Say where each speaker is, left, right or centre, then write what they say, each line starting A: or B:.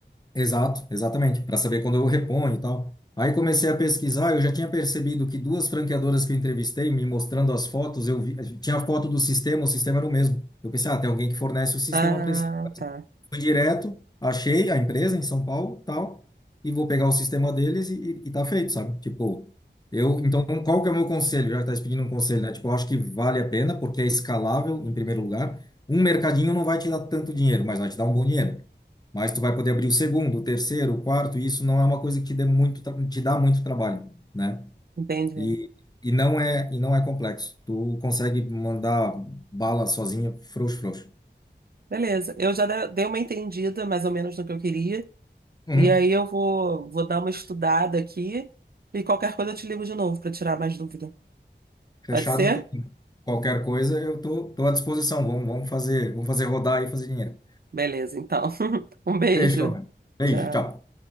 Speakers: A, on the left (about 20°); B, on the right (about 55°).
A: Exato, exatamente, para saber quando eu reponho e tal. Aí comecei a pesquisar, eu já tinha percebido que duas franqueadoras que eu entrevistei, me mostrando as fotos, eu vi, tinha a foto do sistema, o sistema era o mesmo. Eu pensei, ah, tem alguém que fornece o sistema
B: Ah,
A: para esse.
B: tá.
A: Fui direto, achei a empresa em São Paulo, tal, e vou pegar o sistema deles e, e, e tá feito, sabe? Tipo, eu, então, qual que é o meu conselho? Já que tá se pedindo um conselho, né? Tipo, eu acho que vale a pena, porque é escalável, em primeiro lugar. Um mercadinho não vai te dar tanto dinheiro, mas vai te dar um bom dinheiro. Mas tu vai poder abrir o segundo, o terceiro, o quarto, e isso não é uma coisa que te dê muito, tra- te dá muito trabalho, né?
B: Entendi.
A: E, e não é, e não é complexo. Tu consegue mandar bala sozinha, frouxo, frouxo.
B: Beleza. Eu já de- dei uma entendida mais ou menos no que eu queria.
A: Uhum.
B: E aí eu vou, vou dar uma estudada aqui e qualquer coisa eu te ligo de novo para tirar mais dúvida.
A: Fechado,
B: Pode ser?
A: Qualquer coisa, eu tô, tô à disposição. Vamos, vamos fazer, vamos fazer rodar e fazer dinheiro.
B: Beleza, então. <laughs> Um beijo.
A: Fechou, velho. Beijo,
B: Tchau.
A: tchau.